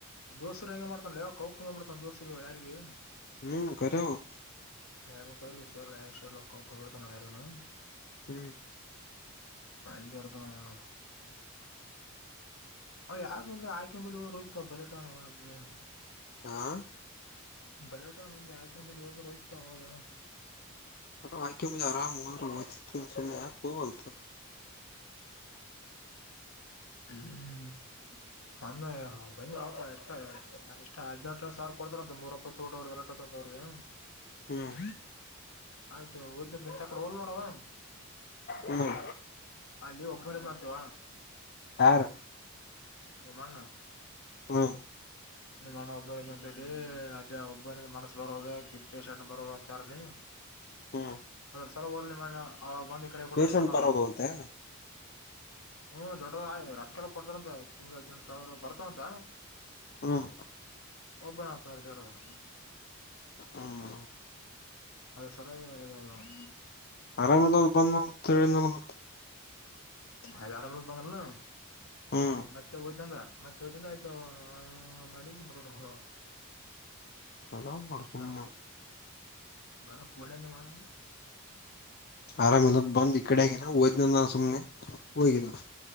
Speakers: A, on the left (about 65°); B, on the left (about 45°).
A: ದೋಸರು ಹೆಂಗೆ ಮಾಡ್ತನ್ ಲೇ ಕೌಕ ಬಂದ್ಬುಡ್ತಾನ್ ದೋಸ್ರ ಯಾರಿಗೆ
B: ಹ್ಮ್ ಕರ್ಯವು
A: ಯಾರಂತೊರಿಗೆ ಶೇರ್ಲ್ಲ ಯಾರು ಶೇರ್ಲ್ಲಕ್ಕ ಕೊಂಡಡ್ತಾನು ಯಾರಗನ?
B: ಹ್ಮ್
A: ಹಂಗೆ <unintelligible> ಅ ಯಾಕ ಆಯ್ಕನ್ ಬಿಲ್ ಹೋದ ಹೋಯ್ತ ಬಲೆಟನ್ ಅ <unintelligible>
B: ಆ
A: ಬಲಟ ನಜ ಆಕಿನ ಬಲ್ ಹಾಗ ಹೋಯ್ತ ಅವಾಗ <unintelligible>
B: ಆಯಕ ಮುಂದ್ ಆರಾಮು <unintelligible> ಯೋ ಬತ
A: ಹ್ಮ್, ಅಂದ ಬಂದಿಲ್ಲ ಒಪ್ಪ. ಎಷ್ಟ್ ಹದಿನೆಂಟನೇ ಸಾವಿರ ಕೊಡ್ತಾರಂತ ಮೂರಪ್ಪತ್ತು ಊಟ ಎಲ್ಲ ಬರದ್ಯಾ <inaudible>
B: ಹ್ಮ್
A: ಆಯ್ತು ಒಯ್ತಂತ ಮತ್ತ ಆಕಡೆ ಹೋಗ್ಲಿಲ್ಲ ನೋಡವಾ.
B: ಹ್ಮ್
A: ಅಲ್ಲಿ ಒಬ್ಬನೆ ಇದ್ನಂತವಾ,,
B: ಯಾರ್?
A: ನಿಮ್ಮ್ ಅಣ್ಣ
B: ಹ್ಮ್
A: ನಿಮ್ಮ್ ಅಣ್ಣ ಒಬ್ಬನೆ ಇದನಂತ ಇಲ್ಲಿ. ಅದೇ ಒಬ್ಬನಿಗೆ ಮನಸ್ ಬರೋದ ಇಲ್ಲಿ ಪೇಶಂಟ್ ಬರೋದಿಲ್ಲ ಅಂತ ಯಾರಲ್ಲಿ.
B: ಹ್ಮ್,
A: ಈ ಸಲ ಹೋಗ್ಲಿಲ್ಲ ನಿಮ್ಮ ಅಣ್ಣ ಅವಾಗ ಬಂದು ಈಕಡೆ ಆಗಿಬಿಟ್ಟ
B: ಪೇಶಂಟ್
A: ನಿಮ್ಮ ಅಣ್ಣ.
B: ಬರೋದು ಅಂತ ಏನ
A: ಹ್ಮ್, ದೊಡ್ಡದ ಆದ ರೊಕ್ಕೆಲ್ಲ ಕೊಡದಾರಂತ ತಿಂಗಳ ಹದಿನೆಂಟಸಾವಿರ ಬರ್ತಾವಂತ.
B: ಹ್ಮ್, -
A: ಒಬ್ಬನಾತನ ಬರಗಅದ
B: ಹ್ಮ್
A: ಸರಿಯಾಗಿ., ಹ್ಮ <inaudible>
B: ಆರಾಮ್ಇಲ್ಲ ಅಂತ ಬಂದ್ ಹೇಳ ದನಲ ಮತ್ತ.
A: ಅಲಿಆರಮ್ಇಲ್ಂತ ಬಂದನಲ,
B: ಹ್ಮ್
A: ಮತ್ತೆ ಓತಿನಂದ, ಮತ್ತೆ ಓದಂದ ಆಯ್ತ ಮಾಡ ಶು ಬ ಮ <unintelligible>
B: ಆರಾಮ್ ಮಾಡ ಸುಮ್ನೆ
A: ಗನ, ಗನ ಕೋಡ ಹಾನಿ ನಿಮ್ ಅಣ್ಣ.
B: ಆರಾಮ ಇಲ್ಲ ಬಂದ್ ಈ ಕಡೆಹಾಗಿನಿ ಹೋತನದ್ನ ಸುಮ್ನೆ ಹೋಗಿದ್ದ.,